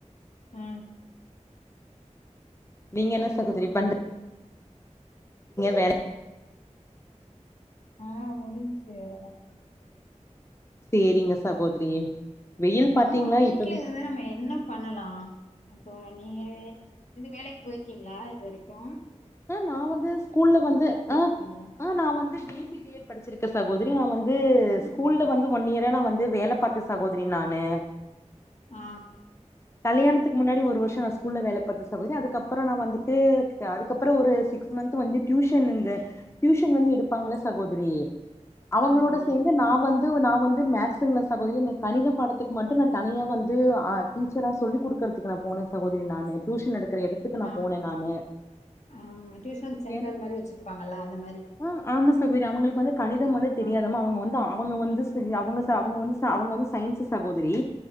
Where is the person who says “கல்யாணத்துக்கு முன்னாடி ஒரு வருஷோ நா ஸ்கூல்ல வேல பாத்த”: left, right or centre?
Left